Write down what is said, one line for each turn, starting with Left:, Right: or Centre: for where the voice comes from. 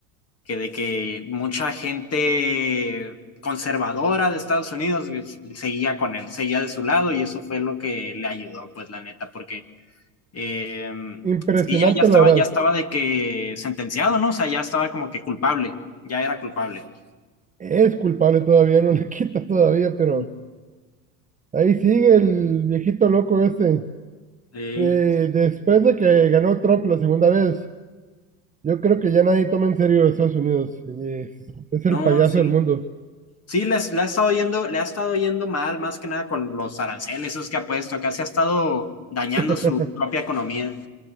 Left: que de que mucha gente conservadora de Estados Unidos güey, seguía con él, seguía de su lado y eso fue lo que le ayudó, pues la neta, porque eh,
Right: Impresionante,
Left: sí, ya, ya estaba,
Right: la verdad.
Left: ya estaba de que sentenciado, ¿no? O sea, ya estaba como que culpable, ya era culpable.
Right: Es culpable todavía, no le <laughs> quita todavía, pero
Left: Ujú.
Right: ahí sigue el viejito loco ese.
Left: Ey,
Right: Eh, después de que ganó Trump la segunda vez, yo creo que ya nadie toma en serio a Estados Unidos. Eh, es el
Left: No,
Right: payaso
Left: sí.
Right: del mundo.
Left: Sí, les, la ha estado yendo, le ha estado yendo mal, más que nada con los aranceles esos que ha puesto. Acá se ha estado dañando
Right: <laughs>
Left: su propia economía.